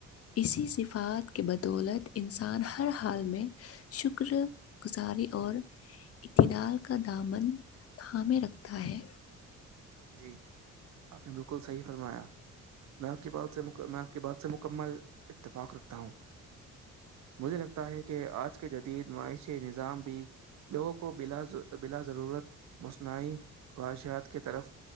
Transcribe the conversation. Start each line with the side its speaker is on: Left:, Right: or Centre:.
Left: اسی صفات کے بدولت انسان ہر حال میں شکر گزاری اور اتدال کا دامن تھامے رکھتا ہے
Right: جی آپ نے بالکل صحیح فرمایا میں آپ کی بات سے میں آپ کی بات سے مکمل اتفاق رکھتا ہوں مجھے لگتا ہے کہ آج کے جدید معاشی نظام بھی لوگوں کو بلا بلا ضرورت مسنعی خواہشات کی طرف